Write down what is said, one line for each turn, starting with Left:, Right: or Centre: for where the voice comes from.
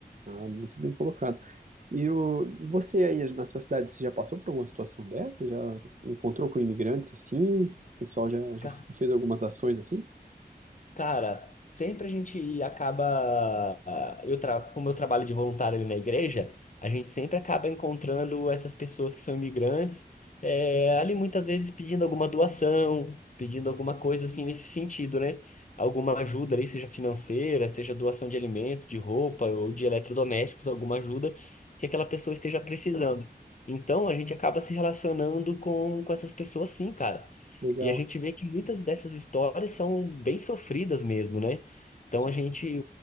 Right: Ah, muito bem colocado. E o, você aí na sua cidade, você já passou por alguma situação dessa? Já, já encontrou com imigrantes assim? O pessoal já, já
Left: né?
Right: fez algumas ações assim?
Left: Cara, sempre a gente acaba. Eu tra... Como eu trabalho de voluntário ali na igreja, a gente sempre acaba encontrando essas pessoas que são imigrantes, eh, ali muitas vezes pedindo alguma doação, pedindo alguma coisa assim nesse sentido, né? Alguma ajuda ali, seja financeira, seja doação de alimentos, de roupa ou de eletrodomésticos, alguma ajuda que aquela pessoa esteja precisando. Então a gente acaba se relacionando com, com essas pessoas sim, cara.
Right: Legal.
Left: E a gente vê que muitas dessas histórias são bem sofridas mesmo, né? Então
Right: Sim,
Left: a gente,